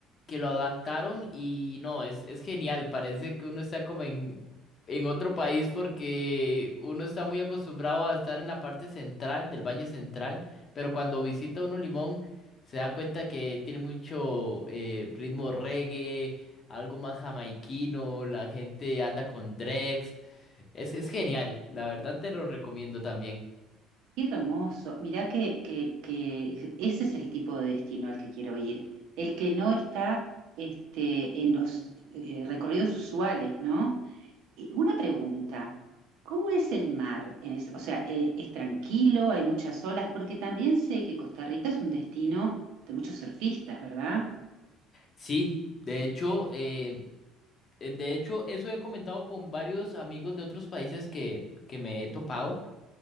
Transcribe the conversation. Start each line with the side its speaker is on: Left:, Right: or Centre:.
Left: que lo adaptaron y no, es, es genial, parece que uno está como en, en otro país porque uno está muy acostumbrado a estar en la parte central del Valle Central, pero cuando visita uno Limón se da cuenta que tiene mucho eh, ritmo reggae, algo más jamaiquino, la gente anda con dregs, es, es genial, la verdad te lo recomiendo también.
Right: qué hermoso. Mirá que, que, que ese es el tipo de destino al que quiero ir. El que no está este, en los eh, recorridos usuales, ¿no? Y una pregunta, ¿cómo es el mar? En es- o sea, eh, ¿es tranquilo? ¿Hay muchas olas? Porque también sé que Costa Rica es un destino de muchos surfistas, ¿verdad?
Left: Sí, de hecho, eh, Eh, De hecho, eso he comentado con varios amigos de otros países que, que me he topado.